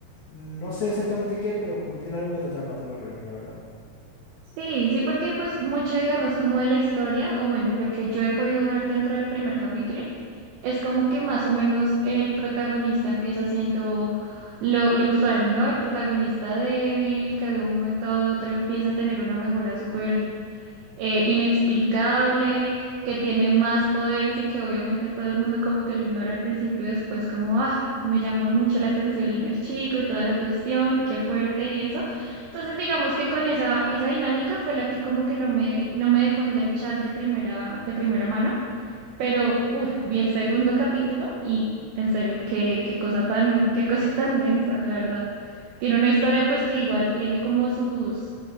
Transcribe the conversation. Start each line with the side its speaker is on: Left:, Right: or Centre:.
Left: no sé exactamente qué, pero como que tiene algo que te atrapa solo Levin, la verdad.
Right: Sí, sí, porque pues mucho, digamos, como de la historia, o bueno, lo que yo he podido ver dentro del primer capítulo, es como que más o menos el protagonista empieza siendo lo, lo usual, ¿no? El protagonista débil, que de un momento a otro empieza a tener una mejora súper eh, inexplicable, que tiene más poderes y que obviamente todo el mundo como que lo ignora al principio y después como, ah, me llamó mucho la atención el chico y toda la cuestión, qué fuerte y eso. Entonces digamos que con esa, esa dinámica fue la que como que no me, no me dejó enganchar de primera, de primera mano. Pero, uff, vi el segundo capítulo y en serio, qué, qué cosa tan, qué cosa tan densa, la verdad. Tiene una historia pues que igual tiene como sus,